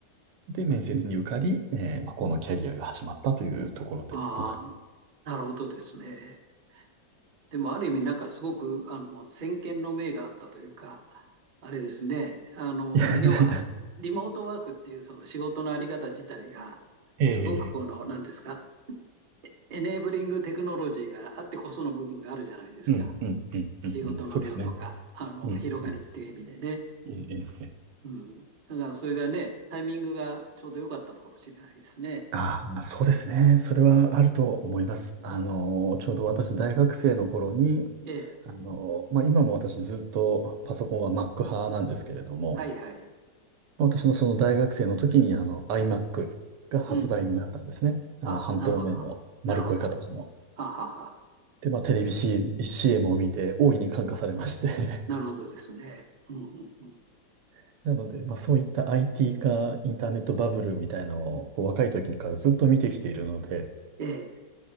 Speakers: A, on the right (about 80°); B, on the right (about 50°).
A: で、面接に受かり、えーまあ、このキャリアが始まったというところでござい
B: ああ、なるほどですね。でも、ある意味、なんかすごく、あの、先見の明があったというか、あれですね。あの、
A: ます。
B: 要は、リモートワークっていうその仕事のあり方自体が、
A: <laughs>
B: すごくこの、
A: ええ
B: なんですか、エネーブリングテクノロジーがあってこその部分があるじゃないですか。
A: うん、うん、うん、
B: 仕事の量とか、
A: うん、うん、そうですね。
B: あの、
A: うん、
B: 広がりっていう意味でね。
A: うん、ええええ
B: うん。だからそれがね、タイミングがちょうど良かったのかもしれないですね。
A: あまあ、そうですね。それはあると思います。あの、ちょうど私、大学生の頃に、
B: ええ。
A: あの、まあ、今も私ずっとパソコンは Mac 派なんですけれども、
B: はいはい。
A: 私のその大学生の時に、あの、iMac が発売になったんですね。
B: うんうん。
A: あの、
B: あ、
A: 半透明の丸っこい形の。
B: なるほど。なるほど。ははは。
A: で、まあ、テレビ CM, CM を見て大いに感化されまして。
B: なるほどですね。うんうんうん。
A: <laughs> なので、まあ、そういった IT 化、インターネットバブルみたいのをこう若い時からずっと見てきているので、
B: ええ。